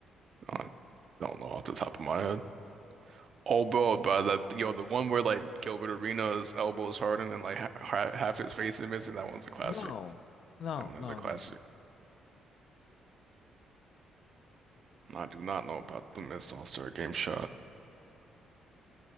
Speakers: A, on the right (about 50°); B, on the left (about 65°).
A: I don't know off the top of my head. Oh, bro, but that yo, the one where like Gilbert Arenas' elbow is hardened and like ha ha- half his face is missing. That one's a classic.
B: No, no,
A: That one is
B: no,
A: a classic.
B: no.
A: I do not know about the missed All-Star game shot.